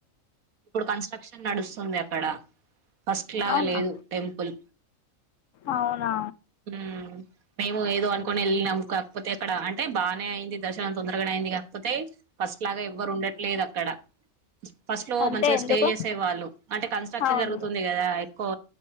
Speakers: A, on the right; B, on the left.
A: పుడ్ కన్స్ట్రక్షన్ నడుస్తుంది అక్కడ ఫస్ట్ లాగా
B: అవునా
A: లేదు టెంపుల్
B: అవునా
A: ఉమ్ ఏమో ఏదో అనుకుని ఎళ్ళినము కాకపోతే అక్కడ అంటే బానే అయింది దర్శనం తొందరగనే అయింది కాక్పోతే ఫస్ట్ లాగ ఎవ్వరు ఉండట్లేదక్కడ ఫస్ట్ కు
B: అంటే
A: మంచిగ స్టే
B: ఎందుకు
A: చేసే వాళ్ళు అంటే కన్స్ట్రక్షన్
B: అవును
A: జరుగుతుంది గదా ఎక్కువ